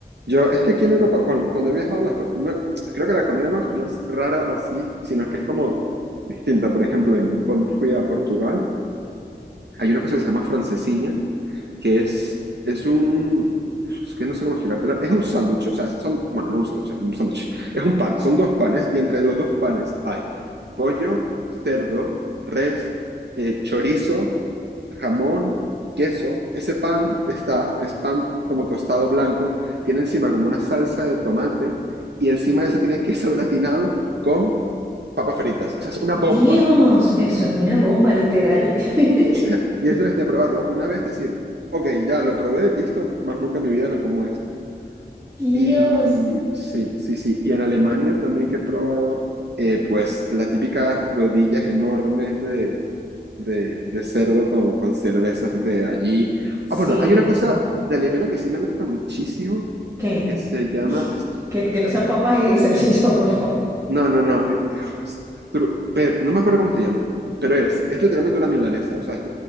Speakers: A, on the right; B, on the right.
A: Yo, es que aquí en Europa, cuando, cuando he viajado, las, co- no, creo que la comida no, no es rara así, sino que es como distinta. Por ejemplo, en, cuando fui a Portugal, hay una cosa que se llama francesiña. que es, es un, es que no sé cómo explicártelo, es un sándwich, o sea, son, bueno, no un sándwich, es un sándwich, <laughs> es un pan, son dos panes y entre los dos panes hay pollo, cerdo, res, eh, chorizo, jamón, queso. Ese pan está, es pan como tostado blanco, tiene encima como una salsa de tomate y encima de eso tiene queso gratinado con papas fritas. Esa es una
B: Dios,
A: bomba.
B: eso es una bomba, literal. <laughs>
A: <laughs> Y eso es de probarlo. Una vez decir, ok, ya lo probé, listo, más nunca en mi vida me como esto.
B: Dios.
A: Y sí, sí, sí. Y en Alemania también que he probado, eh, pues las típicas rodillas enormes de, de, de cerdo con, con cervezas de allí.
B: Sí.
A: Ah, bueno, hay una cosa de Alemania que sí me gusta muchísimo,
B: ¿Qué?
A: que se llama
B: Que, que no sean papas y salchicha, por favor.
A: No, no, no. eh, es tru- ver, no me acuerdo cómo se llama, pero es, es literalmente una milanesa, o sea, es,